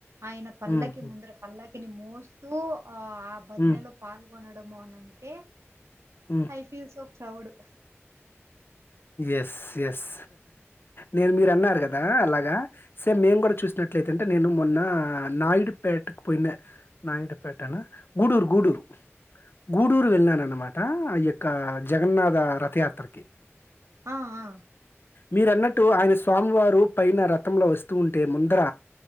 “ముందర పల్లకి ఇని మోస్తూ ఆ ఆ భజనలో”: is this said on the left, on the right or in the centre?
Right